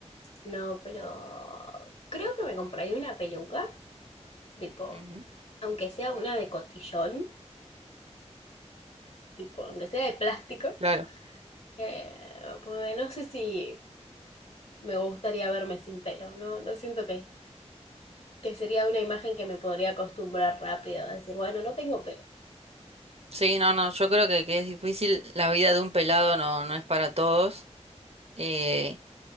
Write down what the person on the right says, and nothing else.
Ujú,
claro.
Sí, no, no, yo creo que, que es difícil. La vida de un pelado no, no es para todos. Eh,